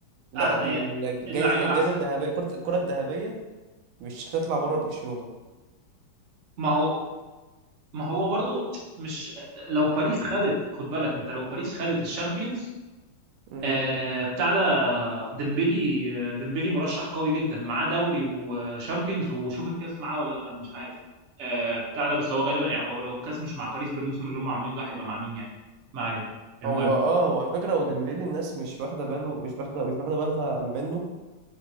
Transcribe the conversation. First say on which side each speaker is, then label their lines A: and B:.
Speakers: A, on the right; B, on the right.
A: لا
B: أح...
A: ال-
B: يا-
A: الجايزه
B: اللعيبه
A: الجايزه
B: احسن
A: الذهبيه كره الكره الذهبيه مش هتطلع بره برشلونه
B: ما هو ما هو برضو مش آه، لو باريس خدت خد بالك انت لو باريس خدت الشامبيونز
A: امم
B: آه، بتاع ده ديمبلي ديمبلي مرشح قوي جدا معاه دوري وشامبيونز وشوف الكاس معاه ولا لا مش عارف آه، بتاع ده بس هو غالبا يعني هو لو الكاس مش مع باريس بالموسم اللي هم عاملينه ده هيبقى مع مين يعني ما علينا المهم
A: هو اه هو على فكره هو ديمبلي الناس مش واخده باله مش واخده مش واخده بالها منه